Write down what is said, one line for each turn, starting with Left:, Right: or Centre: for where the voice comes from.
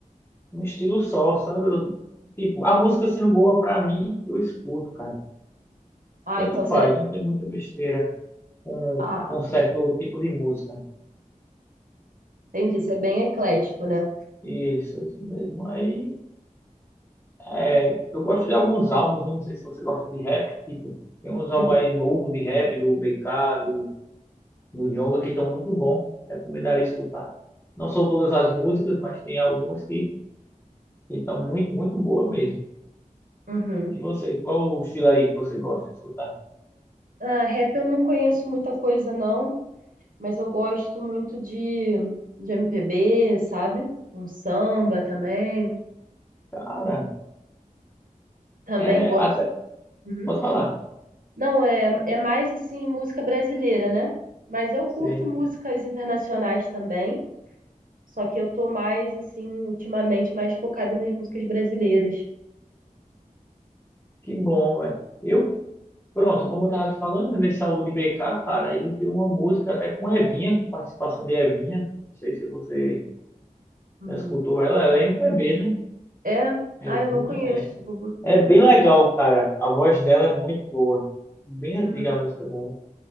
Left: um estilo só, sabe? Eu- tipo, a música sendo boa pra mim, eu escuto, cara.
Right: Ah,
Left: Tanto
Right: então
Left: faz,
Right: você,
Left: não tem muita besteira com,
Right: ah,
Left: com certo tipo de música.
Right: entendi, você é bem eclético, né?
Left: Isso, isso mesmo. Aí, é, eu gosto de alguns álbuns, eu não sei se você gosta de rap, tipo, tem uns álbuns
Right: Uhum.
Left: aí novo de rap, do BK, do, do Djonga, que estão muito bom. Recomendaria escutar. Não são todas as músicas, mas tem algumas que Então, muito, muito boa mesmo.
Right: Uhum.
Left: E você, qual o estilo aí que você gosta de escutar?
Right: Ah, rap eu não conheço muita coisa não, mas eu gosto muito de de MPB, sabe? Um samba também.
Left: Cara,
Right: Também
Left: é
Right: gosto.
Left: até.
Right: Uhum.
Left: Pode falar.
Right: Não, é, é mais assim música brasileira, né? Mas eu curto
Left: Sei.
Right: músicas internacionais também, só que eu tô mais assim ultimamente mais focada nas músicas brasileiras.
Left: Que bom, velho. Eu, pronto, como eu tava te falando, né, nesse álbum de BK, cara, ele tem uma música até com Evinha, com participação de Evinha. Não sei se você
Right: Hum.
Left: já escutou ela, ela é MPB, né?
Right: É,
Left: Evinha,
Right: ah, eu não conheço,
Left: é.
Right: vou bu-
Left: É
Right: procurar.
Left: bem legal, cara. A voz dela é muito boa. Bem
Right: Hum,
Left: antiga a música dela,